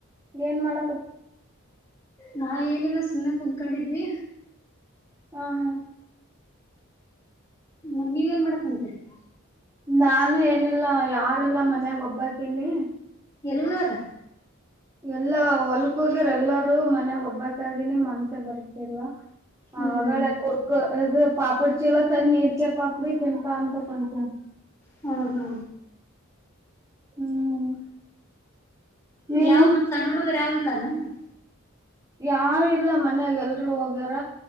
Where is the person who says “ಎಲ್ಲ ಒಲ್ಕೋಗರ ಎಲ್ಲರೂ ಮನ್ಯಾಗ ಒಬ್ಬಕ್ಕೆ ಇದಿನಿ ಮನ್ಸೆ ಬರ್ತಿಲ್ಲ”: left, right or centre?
Right